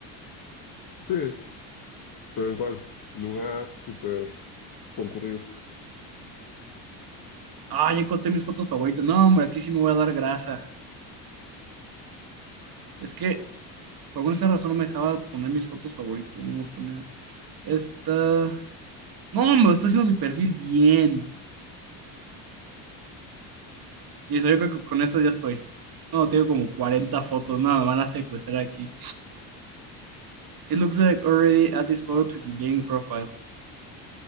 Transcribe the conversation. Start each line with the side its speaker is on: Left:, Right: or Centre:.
Left: Sí, pero igual, lugar súper concurrido.
Right: Ah, ya encontré mis fotos favoritas. No, hombre, aquí sí me voy a dar grasa. Es que por alguna extraña razón no me dejaba poner mis fotos favoritas. Me voy a poner esta. No, hombre, estoy haciendo mi perfil bien. Listo, yo creo que con esto ya estoy. No, tengo como 40 fotos. No, me van a secuestrar aquí. It looks like already add this photo
Left: Pero,
Right: to your dating profile.